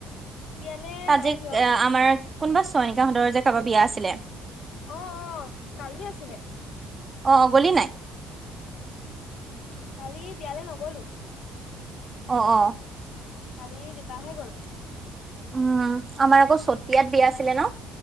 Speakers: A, on the left (about 60°); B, on the right (about 30°).
A: বিয়ালে
B: ত
A: নাই
B: যে আমাৰ
A: যোৱা
B: কোনোবা চোৱনিকাহঁতৰ যে কাৰোবাৰ বিয়া আছিলে
A: অ', কালি আছিলে
B: অ', গলি নাই
A: কালি বিয়ালৈ নগলো
B: অ',
A: কালি দেতাহে গ'ল
B: উম, আমাৰ আকৌ চতিয়াত বিয়া আছিলে ন